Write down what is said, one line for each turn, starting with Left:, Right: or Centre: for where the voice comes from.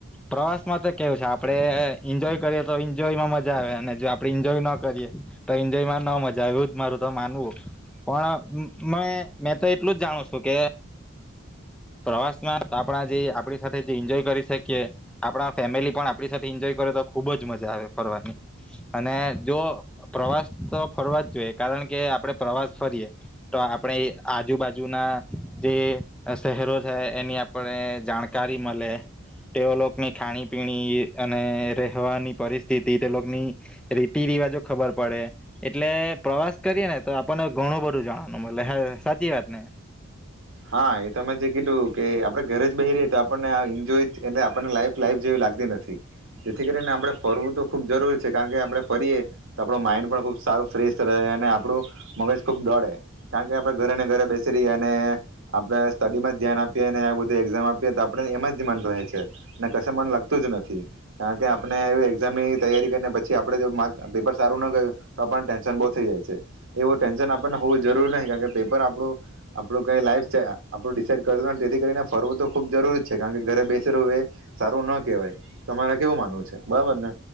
Centre: પ્રવાસમાં તો કેવું છે આપડે ઈન્જોય કરીએ તો ઈન્જોયમાં મજા આવે અને જો આપડે ઈન્જોય ન કરીએ તો ઈન્જોયમાં ન મજા એવુ જ મારું તો માનવું. પણ મે મેં તો એટલું જ જાણું સુ કે પ્રવાસમાં આપણા જે આપણી સાથે જે એન્જોય કરી શકીએ. આપણા ફેમિલી પણ આપણી સાથે એન્જોય કરે તો ખુબ જ મજા આવે ફરવાની અને જો પ્રવાસ તો ફરવા જ જોઈએ. કારણ કે આપણે પ્રવાસ ફરીએ તો આપણે આજુબાજુના જે શહેરો છે એની આપને જાણકારી મલે. તેઓ લોકની ખાણી પીણી અને રહેવાની પરિસ્થિતિ તે લોકની રીતિ રિવાજો ખબર પડે એટલે પ્રવાસ કરીએ ને તો આપણને ઘણું બધું જાણવાનું મલે. હહ સાચી વાત ને?
Right: હા એ તમે જે કીધું કે આપણે ઘરે જ બેહી રહીએ તો આપણને આ એન્જોય એટલે આપણને લાઈફ લાઈફ જેવી લાગતી નથી. થી જેથી કરીને આપણે ફરવું તો ખૂબ જરૂરી છે. કારણ કે આપણે ફરીએ તો આપણું માઈન્ડ પણ ખૂબ સારું ફ્રેશ રહે અને આપણું મગજ ખૂબ દોડે કારણ કે આપણે ઘરે ને ઘરે બેસી રહીએ અને આપણેે સ્ટડીમાં જ ધ્યાન આપીએ ને આ બધું એક્ઝામ આપીએ તો આપણે એમાં જ મન રહે છે. અને કશે મન લાગતું જ નથી. કારણ કે આપને એ એક્ઝામની તૈયારી કરીને પછી આપણે જો માર્ક પેપર સારું ન ગયું તો આપણને ટેન્શન બહુ થઈ જાય છે. એવું ટેન્શન આપણને હોવું જરૂરી નહીં કારણ કે પેપર આપણું આપણું કઈ લાઈફ છે આપણું ડિસાઇડ કરેલું નથી તેથી કરીને ફરવુ તો ખુબ જરૂરી જ છે. કારણ કે ઘરે બેસી રેવું એ સારું ના કહેવાય. તમારે કેવું માનવું છે બરાબર ને?